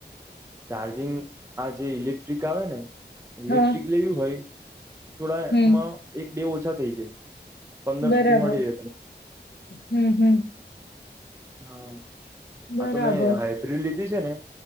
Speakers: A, on the right (about 15°); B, on the left (about 70°).
A: ચાર્જિંગ આ જે ઇલેક્ટ્રિક આવે ને ઇલેક્ટ્રિક
B: હા
A: લેવી હોય. થોડા
B: હમ
A: એમાં એક બે ઓછા થઇ જાય. પંદર
B: બરાબર
A: સુધી મળી રહે.
B: હમ હમ
A: હા
B: બરાબર
A: આ તો મેં હાઈબ્રીડ લીધી છે ને